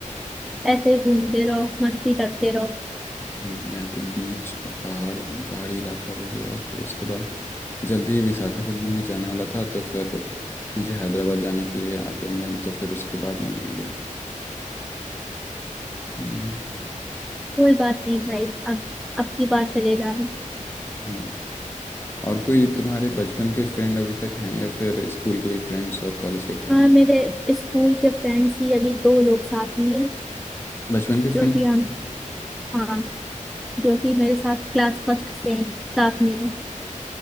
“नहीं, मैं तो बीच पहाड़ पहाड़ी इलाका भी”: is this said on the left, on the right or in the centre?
Left